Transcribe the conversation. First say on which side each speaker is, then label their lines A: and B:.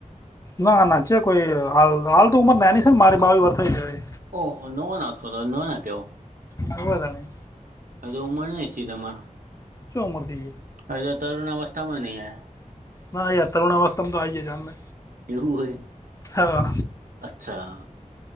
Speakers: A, on the left; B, on the right.
A: ના ના ચે કોઈ હાલ હાલ તો ઉંમર નેની છે ને મારે બાવી વરહ થઈ ગયા હે.
B: ઓહો નવો ના થ તો તો નવે ના કેવાય.
A: હોવે ધણી.
B: હવે ઉંમર નહીં થઈ તમાર
A: ચો ઉંમર થઈ ગઈ
B: હજુ તો તરુણ અવસ્થામાં ય નઈ આયા.
A: ના યાર, તરુણ અવસ્થામાં તો આઈ ગયા છ અમે.
B: એવું હે?
A: હા
B: અચ્છા.